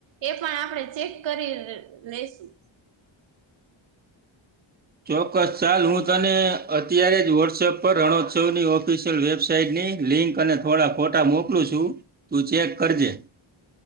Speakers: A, on the right; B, on the right.
A: એ પણ આપણે ચેક કરી લસું.
B: ચોક્કસ ચાલ હું તને અત્યારે જ વોટ્સએપ પર રણોત્સવની ઓફિસ. વેબસાાઈટની લિંક અને થોડા ફોટા મોકલું છું તું ચેક કરજે.